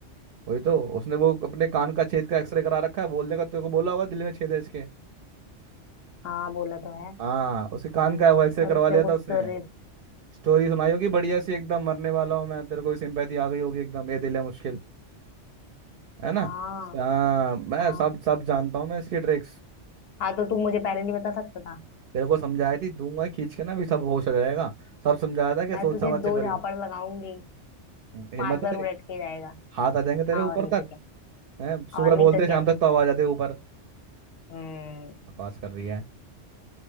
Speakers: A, on the right; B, on the left.
A: वही तो उसने वो अपने कान का छेद का एक्सरे करा रखा है बोलने का तेरे को बोला होगा दिल में छेद है इसके
B: हाँ बोला तो है
A: हाँ उसके कान का वो एक्सरे
B: और
A: करवा
B: उसने
A: लिया
B: कुछ
A: था उसने
B: तो रे-
A: स्टोरी सुनाई होगी बढ़िया सी एकदम मरने वाला हूँ मैं तेरे को भी सिंपैथी आ गई होगी एकदम ये दिल है मुश्किल है ना
B: हाँ
A: हाँ मैं
B: हाँ
A: सब सब जानता हूँ मैं इसकी ट्रिक्स
B: हाँ तो तू मुझे पहले नहीं बता सकता था
A: तेरे को समझाई थी दूंगा खींच के ना भी सब होश आ जाएगा सब समझाया था कि
B: मैं
A: सोच
B: तुझे
A: समझ
B: दो
A: के करी
B: झापड़ लगाऊंगी
A: हिम्मत
B: पांच
A: है
B: बार
A: तेरी
B: उलट के जाएगा
A: हाथ आ जाएंगे तेरे
B: हाँ
A: ऊपर
B: और नहीं तो
A: तक
B: क्या
A: है सुबह
B: और नहीं
A: बोलते
B: तो क्या
A: शाम तक तो आवाज आती है ऊपर
B: हम्म
A: बकवास कर रही है